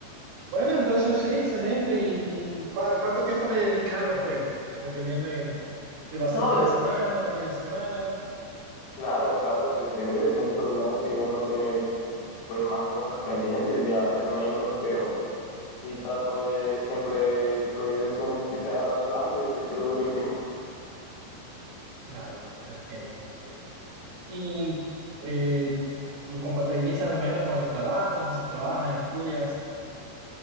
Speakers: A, on the right; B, on the left.
A: Bueno, entonces sí, excelente. ¿Y, y cua- cuánto tiempo le dedicas a los juegos? Dependiendo de si lo haces
B: No,
A: los fines
B: de-
A: de semana, los días de semana.
B: Claro, claro que depende de mucho, ¿no? Si uno tiene pues más cosas pendientes, ya es menos, pero sí trato de siempre de, pues un- que sea razonable distribuir el tiempo.
A: Claro, te entiendo, te entiendo. Y eh, lo compatibilizas, me imagino, con el trabajo. No sé si trabajas, estudias.